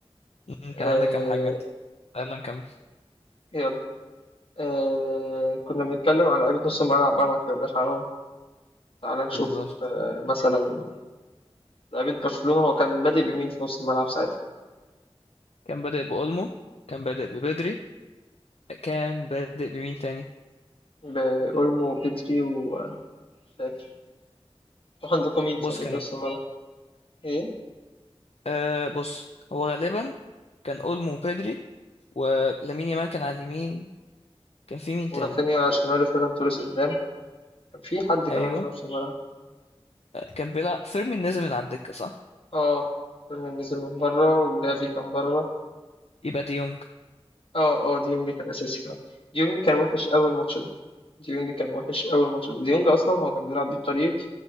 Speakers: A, on the left; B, on the left.
A: مم، كان
B: آه
A: عندك كام حاجه انت يلا نكمل
B: يلا آه كنا بنتكلم على لعيبة نص الملعب بقى ما اتكلمناش عنهم تعال نشوف
A: بالظبط
B: آه مثلا لعيبة برشلونة هو كان بادئ بمين في نص الملعب ساعتها؟
A: كان بادئ بأولمو كان بادئ ببدري كان بادئ بمين تاني
B: بأولمو وبدري ومش فاكر أنتوا عندكم مين تاني
A: بص كان
B: في نص الملعب؟ إيه؟
A: آه بص هو غالبا كان أولمو وبدري ولامين يامال كان على اليمين كان في مين تاني
B: ورافينيا شماله فيران توريس قدام كان في حد كمان
A: ايوه
B: في نص الملعب
A: آه، كان بيلعب فيرمين نزل من على الدكه صح
B: اه فيرمين نزل من بره وجافي كان بره
A: يبقى ديونج
B: اه اه ديونج كان اساسي فعلا ديونج كان وحش اول ماتش ده ديونج كان وحش اول ماتش ده ديونج اصلا هو كان بيلعب بيه بطريقه